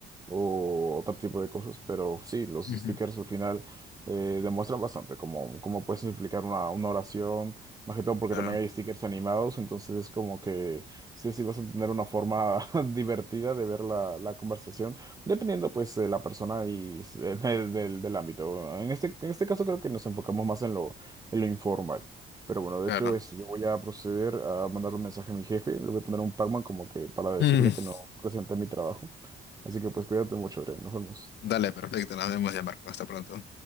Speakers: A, on the right; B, on the left.
A: o otro tipo de cosas, pero sí, los
B: Ujú.
A: stickers al final eh, demuestran bastante cómo, cómo puedes implicar una, una oración, más que todo porque
B: claro,
A: también hay stickers animados, entonces es como que sí, sí vas a tener una forma <laughs> divertida de ver la, la conversación Dependiendo pues de la persona y s- <laughs> del, del- del ámbito. En este, en este caso creo que nos enfocamos más en lo, en lo informal. Pero bueno, de
B: claro.
A: hecho esto, yo voy a proceder a mandar un mensaje a mi jefe. Le voy a poner un Pac-Man como que para decirle
B: <laughs> Mm,
A: que no presenté mi trabajo. Así que pues cuídate mucho, Adrián. Nos vemos.
B: Dale, perfecto, nos vemos ya, Marco, hasta pronto.